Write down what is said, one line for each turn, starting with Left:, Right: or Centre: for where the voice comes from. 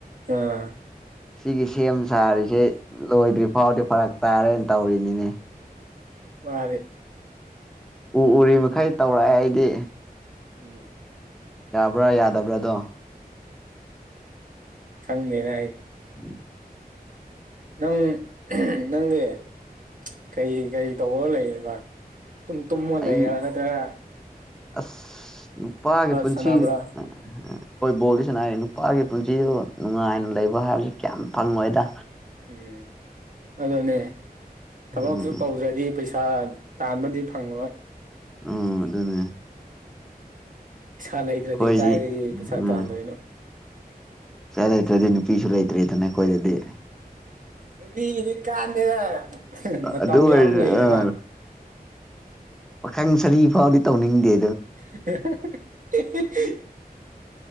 Right: ꯑꯥ
Centre: ꯁꯤꯒꯤ ꯁꯦꯝ ꯁꯥꯔꯤꯁꯦ ꯂꯣꯏꯗ꯭ꯔꯤ ꯐꯥꯎꯗꯤ ꯐꯔꯛ ꯇꯥꯔꯦꯟ ꯇꯧꯔꯤꯅꯤꯅꯦ
Right: ꯃꯥꯅꯤ
Centre: ꯎ ꯎꯔꯤ ꯃꯈꯩ ꯇꯧꯔꯛꯑꯦ ꯑꯩꯗꯤ
Right: <unintelligible>
Centre: ꯌꯥꯕ꯭ꯔꯥ ꯌꯥꯗꯕ꯭ꯔꯥꯗꯣ
Right: ꯈꯡꯗꯦꯅꯦ ꯑꯩ
Centre: ꯎꯝ
Right: ꯅꯪ ꯅꯪꯗꯤ ꯀꯩ ꯀꯩ ꯇꯧꯔꯒꯥ ꯂꯩꯔꯤꯕ ꯇꯨꯝ ꯇꯨꯝꯃꯒ
Centre: ꯑꯩ
Right: ꯂꯩꯔꯥ ꯅꯠꯇ꯭ꯔꯥꯒ
Centre: ꯑꯁ ꯅꯨꯄꯥꯒꯤ ꯄꯨꯟꯁꯤ
Right: ꯁꯥꯟꯅꯕ꯭ꯔꯥ
Centre: <unintelligible> ꯍꯣꯏ ꯕꯣꯜꯗꯤ ꯁꯅꯥꯏ ꯅꯨꯄꯥꯒꯤ ꯄꯨꯟꯁꯤꯗꯒꯣ ꯅꯨꯡꯉꯥꯏꯅ ꯂꯩꯕ ꯍꯥꯏꯕꯁꯤ ꯀꯌꯥꯝ ꯐꯪꯉꯣꯏꯗꯥ
Right: ꯎꯝ ꯑꯗꯨꯅꯦ ꯊꯕꯛꯁꯨ
Centre: ꯎꯝ
Right: ꯇꯧꯗ꯭ꯔꯥꯗꯤ ꯄꯩꯁꯥ ꯇꯥꯟꯕꯗꯤ ꯐꯪꯉꯣꯏ
Centre: ꯎꯝ ꯑꯗꯨꯅꯦ
Right: ꯄꯩꯁꯥ ꯂꯩꯇ꯭ꯔꯥꯗꯤ
Centre: ꯑꯩꯈꯣꯏꯗꯤ
Right: ꯀꯥꯏꯗꯒꯤ ꯄꯩꯁꯥ
Centre: ꯎꯝ
Right: ꯇꯟꯗꯣꯏꯅꯣ
Centre: ꯄꯩꯁꯥ ꯂꯩꯇ꯭ꯔꯥꯗꯤ ꯅꯨꯄꯤꯁꯨ ꯂꯩꯇ꯭ꯔꯦꯗꯅ ꯑꯈꯣꯏꯗꯗꯤ
Right: ꯅꯨꯄꯤꯒꯤꯗꯤ ꯀꯥꯟꯗꯦꯗ ꯃꯇꯝ
Centre: ꯑꯗꯨ ꯑꯣꯏꯔ
Right: ꯌꯥꯝ ꯂꯩꯌꯦꯗ
Centre: ꯄꯥꯈꯪ ꯁꯔꯤ ꯐꯥꯎꯗꯤ ꯇꯧꯅꯤꯡꯗꯦ
Right: <unintelligible>